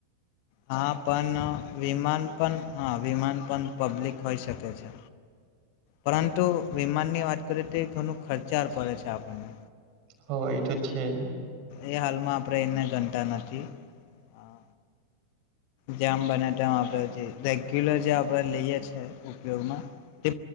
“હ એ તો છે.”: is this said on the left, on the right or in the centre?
Right